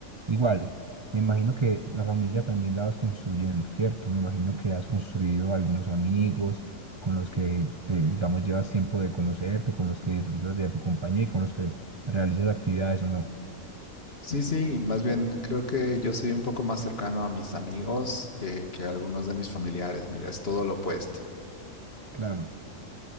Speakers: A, on the right; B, on the left.
A: igual, me imagino que la familia también la vas construyendo, ¿cierto? Me imagino que has construido algunos amigos con los que, te- digamos, llevas tiempo de conocerte, con los que disfrutas de tu compañía y con los que realizas actividades o no.
B: Sí, sí, más bien creo que yo soy un poco más cercano a mis amigos que, que a algunos de mis familiares. Mira, es todo lo opuesto.
A: Claro.